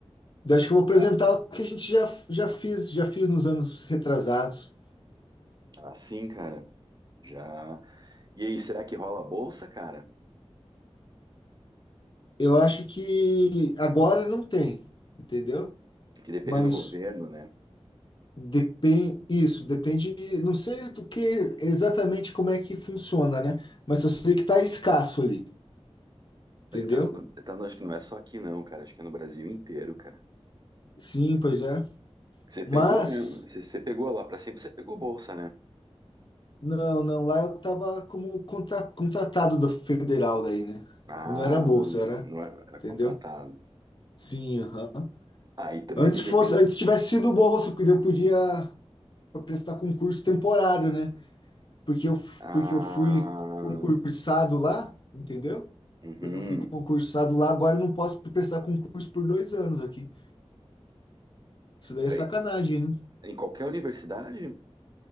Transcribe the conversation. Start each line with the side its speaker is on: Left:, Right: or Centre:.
Left: Daí Acho que eu vou apresentar
Right: Tá.
Left: o que a gente já, já fiz, já fiz nos anos retrasados.
Right: Assim, cara, já. E aí, será que rola a bolsa, cara?
Left: Eu acho que agora não tem, entendeu?
Right: Que depende
Left: Mas
Right: do governo, né?
Left: depende, isso, depende, não sei do que exatamente como é que funciona, né? Mas eu sei que tá escasso ali, entendeu?
Right: Tá escasso, no- tá, não, acho que não é só aqui não, cara, acho que é no Brasil inteiro, cara.
Left: Sim, pois é.
Right: Você
Left: Mas,
Right: pegou, né? Você, você pegou lá pra sempre, você pegou bolsa, né?
Left: não, não, lá eu tava como contra, contratado do federal daí, né?
Right: Ah,
Left: Não era bolsa, era,
Right: não era, era
Left: entendeu?
Right: contratado.
Left: Sim, aham.
Right: Aí também
Left: Antes
Right: de repente,
Left: fosse, antes tivesse sido bolsa, porque eu podia para prestar concurso temporário, né? Porque eu, f-
Right: ah,
Left: porque eu fui concursado lá, entendeu?
Right: uhum.
Left: Porque eu fui concursado lá, agora eu não posso prestar concurso por dois anos aqui. Isso daí
Right: Peraí,
Left: é sacanagem, né?
Right: em qualquer universidade,